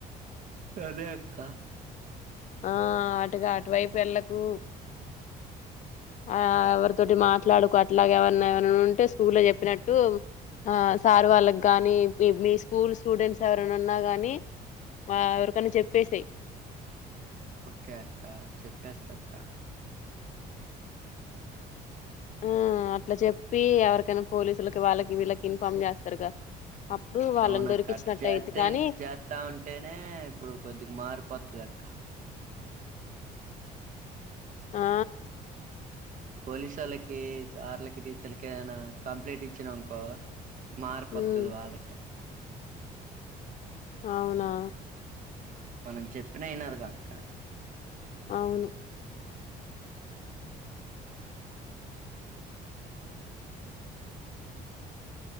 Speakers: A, on the right (about 50°); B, on the left (about 45°).
A: అదే అక్క
B: ఆ అటుగా అటువైపుఏళ్ళకు ఆ ఎవరితోటి మాట్లాడుకో అట్లాగ ఎవరన్నా ఏవన్నా ఉంటే స్కూల్లో చెప్పినట్టు ఆ సార్ వాళ్ళకి గాని మీ మీ స్కూల్ స్టూడెంట్స్ ఎవరైనా ఉన్నా గాని ఆ ఎవరికన్నా చెప్పేసేయి
A: ఓకే అక్క చెప్పేస్తా అక్క
B: ఆ అట్లా చెప్పి ఎవరికైనా పోలీసులకి వాళ్ళకి వీళ్ళకి ఇన్ఫార్మ్ చేస్తారుగా అప్పుడు వాళ్ళని
A: అవున
B: దొరికిచ్చినట్టు
A: అక్క అ చెత్తే
B: అయిద్ది కానీ
A: ఇట చెత్తా ఉంటేనే ఇప్పుడు కొద్దిగా మారిపోతది అక్క
B: ఆ
A: పోలీసు ఓళ్ళకి సార్లకి టీచర్లకి ఏనా కంప్లైంట్ ఇచ్చినానుకో మార్పువత్తది
B: ఉమ్
A: వాళ్ళకే
B: అవునా
A: మనం చెప్పిన ఇనారు కాక్క
B: అవును